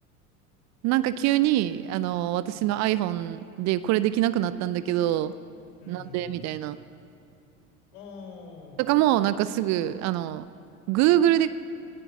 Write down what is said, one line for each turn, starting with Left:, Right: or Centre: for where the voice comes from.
Right: なんか急に、あの、私の
Left: はい。
Right: iPhone でこれできなくなったんだけど、
Left: うん。
Right: なんでみたいな。
Left: ああ、
Right: とかも、なんかすぐ、あの、Google で